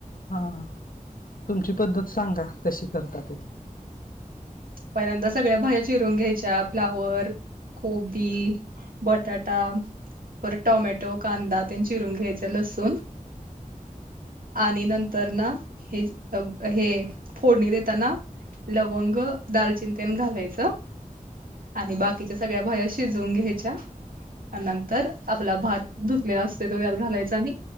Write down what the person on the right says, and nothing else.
पहिल्यांदा सगळ्या भाज्या चिरून घ्यायच्या फ्लॉवर कोबी, बटाटा परत टोमॅटो, कांदा तेन चिरून घ्यायचा, लसून आणि नंतर ना हे अ हे फोडणी देताना लवंग, दालचिन तेन घालायच आणि बाकिच्या सगळ्या भाया शिजवून घ्यायच्या आणि नंतर आपला भात धुतलेला असतोय तो, त्यात घालायचा आणि